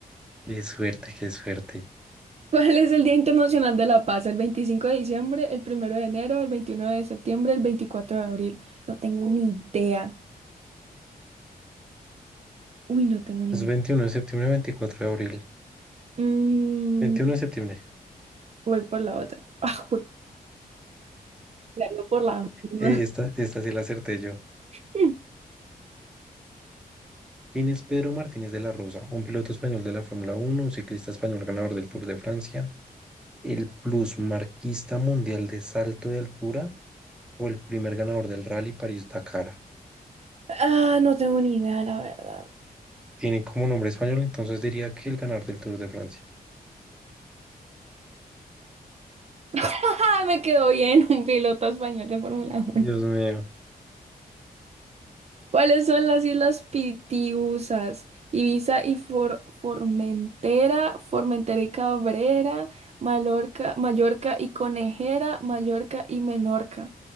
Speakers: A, in the centre; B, on the right.
A: qué suerte, qué suerte.
B: ¿Cuál es el Día Internacional de la Paz? ¿El 25 de diciembre, el primero de enero, el 21 de septiembre, el 24 de abril? No tengo ni idea. Uy, no tengo ni
A: Es
B: idea.
A: 21 de septiembre, veinticuatro de abril.
B: Mm,
A: veintiuno de septiembre.
B: voy por la otra. <laughs> Ah, voy por la misma.
A: Eh, esta, esta sí la acerté yo.
B: <laughs>
A: ¿Quién es Pedro Martínez de la Rosa? Un piloto español de la Fórmula Uno, un ciclista español ganador del Tour de Francia, el plusmarquista mundial de salto de altura o el primer ganador del Rally París-Dakar.
B: Ah, no tengo ni idea, la verdad.
A: Tiene como nombre español, entonces diría que el ganador del Tour de Francia.
B: ¡Ah! Me quedó bien <laughs> un piloto español de Fórmula
A: Dios
B: uno.
A: mío.
B: ¿Cuáles son las islas Pitiusas? Ibiza y For- Formentera, Formentera y Cabrera, Mallorca, Mallorca y Conejera, Mallorca y Menorca.